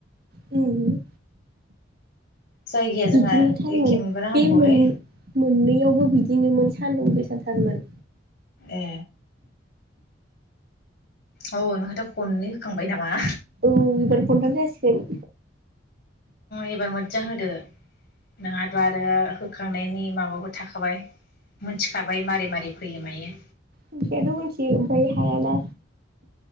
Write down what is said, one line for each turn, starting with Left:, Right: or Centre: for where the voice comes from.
Right: उम
Left: जायगाया
Right: बिदिनो
Left: जोंहा
Right: थारमोन
Left: एखे मोनबाना हामगौहाय
Right: बे मोन-मोननैयावबो बिदिनो मोन। सान्दुं गोसाथारमोन।
Left: ए। औ नोंहाथ' खननै होखांबाय नामा?
Right: औ इबार जासिगोन।
Left: एबार मोजां होदो नोंहाथ' आरो होखांनायनि माबाबो थाखाबाय मोनथिखाबाय मारै मारै फैयो मायो।
Right: मिथिनायाथ' मिथियो ओमफ्राय हायाना।